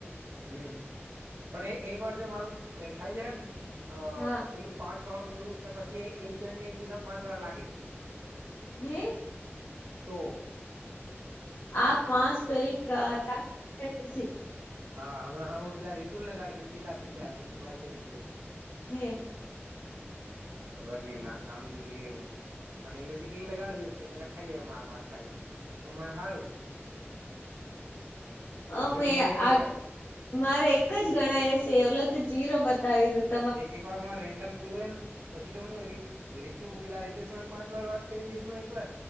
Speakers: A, on the right; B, on the left.
A: હમ્મ પણ એ એક વાર જો મારું થાય જાય નેને અ
B: હા
A: પેલું પાંચ વાળું પૂરું તો પછી એક જણને એક દિવસમાં પાંચ વાર લાગે
B: <unintelligible>
A: તો
B: <unintelligible>
A: હા હમણા પેલા રીતુ લગાડીતી પેલા બીજા રતુભાઈ છે બીજો
B: હે
A: <unintelligible> ભૂલી ગઈ ન ભાઈનેઇન લગાડ દે થાય જ પાંચ લાગે તો મને હારું <inaudible>
B: અમે
A: ગ્રુપમાંથી
B: આગ મારે એક જ ગણાય હશે એલો તો જીરો બતાવી રહ્યો
A: એક વાર રેન્ડમ <unintelligible> પછી તો હ રીતુ પેલા રીતેશ પાંચ વાર વાત કરી દિવસ માં એક વાર